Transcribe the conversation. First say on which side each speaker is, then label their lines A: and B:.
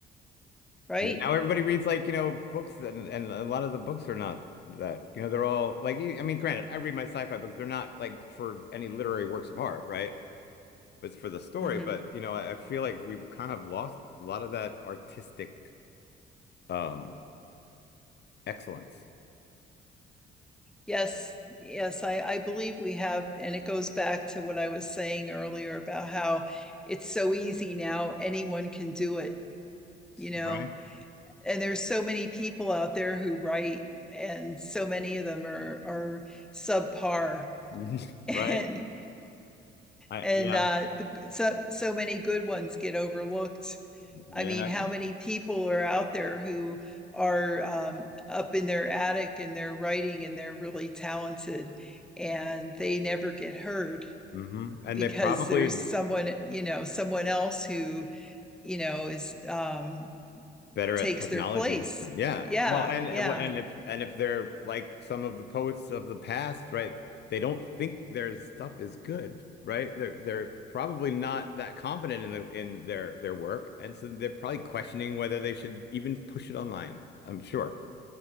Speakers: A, in the centre; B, on the left.
A: Right.
B: You know, now everybody reads like you know books and and a lot of the books are not that you know they're all like e, I mean granted I read my sci-fi books they're not like for any literary works of art right but it's for the story
A: hmm
B: but you know I, I feel like we've kind of lost a lot of that artistic um excellence.
A: Yes. Yes. I, I believe we have, and it goes back to what I was saying earlier about how it's so easy now. Anyone can do it, you know,
B: Right.
A: and there's so many people out there who write, and so many of them are are subpar. <laughs>
B: <laughs> Right.
A: And
B: I
A: and
B: yeah,
A: uh the, so so many good ones get overlooked
B: yeah,
A: I mean,
B: I
A: how
B: can.
A: many people are out there who are um, up in their attic and they're writing and they're really talented and they never get heard
B: hmm And
A: because
B: they probably
A: there's someone, you know, someone else who, you know, is um,
B: better
A: takes
B: at technology.
A: their place.
B: Yeah.
A: Yeah,
B: Well, and
A: yeah.
B: and if and if they're like some of the poets of the past, right? They don't think their stuff is good, right? They're they're probably not that confident in the in their their work, and so they're probably questioning whether they should even push it online. I'm sure,